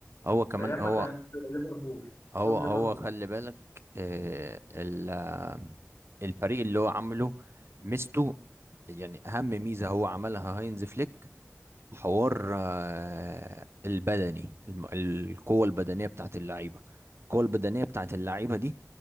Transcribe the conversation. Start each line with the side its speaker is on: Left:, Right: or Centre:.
Right: هو كمان
Left: ده ايام
Right: هو
Left: ما كانت ليفربول
Right: هو
Left: قصاد
Right: هو
Left: ليفربول
Right: خلي بالك آه، ال- آه، الفريق اللي هو عامله ميزته يعني اهم ميزة هو عملها هاينز فليك حوار آه، البدني الم- القوة البدنية بتاعت اللعيبة القوة البدنية بتاعت اللعيبة دي